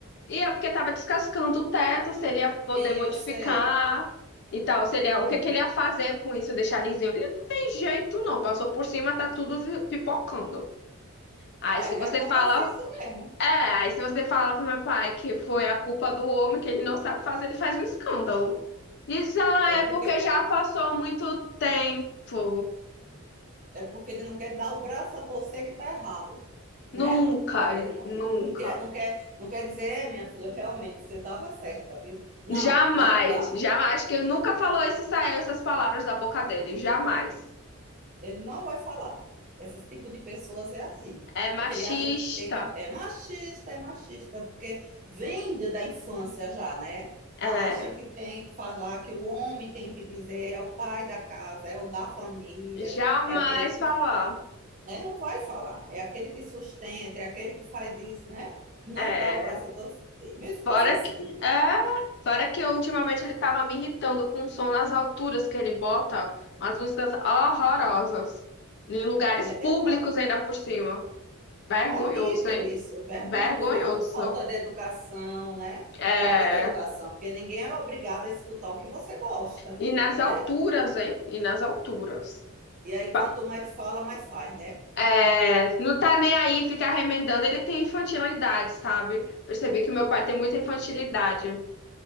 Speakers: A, on the left; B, on the right.
A: E é porque estava descascando o teto, se ele ia poder
B: sim,
A: modificar
B: eu sei.
A: e tal, se ele ia-
B: Hum.
A: o que que ele ia fazer com isso, deixar lisinho. Ele não tem jeito não, passou por cima, tá tudo vi- pipocando. Aí se
B: É,
A: você
B: acontece
A: fala,
B: isso mesmo.
A: é, aí se você fala pro meu pai que foi a culpa do homem, que ele não sabe fazer, ele faz um escândalo. Diz, ah,
B: É
A: é
B: porque
A: porque já passou muito tempo.
B: é porque ele não quer dar o braço a torcer que está errado, né?
A: Nunca,
B: Porque ele não,
A: nunca.
B: não, quer, não, quer, não quer dizer, é, minha filha, realmente você estava certa, viu? Não,
A: Jamais,
B: não dá.
A: jamais, Acho que ele nunca falou isso, saiu essas palavras da boca dele, jamais.
B: Ele não vai falar. Esse tipo de pessoas é assim.
A: É machista,
B: Porque ele acha que, tem que é machista, é machista, porque vem da infância já, né?
A: é,
B: Acha que tem que falar que o homem tem que dizer, é o pai da casa, é o da família,
A: jamais
B: é aquele que
A: falar.
B: né? Não vai falar. É aquele que sustenta, é aquele que faz isso, né? Não
A: É,
B: dá o braço a torcer. Meu esposo
A: Fora
B: é assim.
A: que, é, fora que ultimamente ele tava me irritando com o som nas alturas que ele bota umas músicas horrorosas. Em lugares
B: Ah, É,
A: públicos
B: é,
A: ainda por cima. Vergonhoso,
B: horrível
A: hein?
B: isso, vergonhoso,
A: Vergonhoso.
B: falta de educação, né?
A: É,
B: Falta de educação, porque ninguém é obrigado a escutar o que você gosta,
A: e nas alturas,
B: né?
A: hein? E nas alturas.
B: E aí,
A: Pa-
B: quanto mais fala, mais faz, né?
A: É, não tá nem aí ficar remendando. Ele tem infantilidade, sabe? Percebi que meu pai tem muita infantilidade.